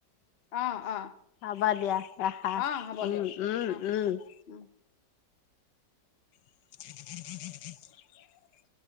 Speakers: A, on the left; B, on the left.
A: অ, -অ,
B: হব দিয়া ৰাখা
A: অ হ'ব
B: উম-উম-উম,
A: দিয়ক অ উ
B: হ <unintelligible> হ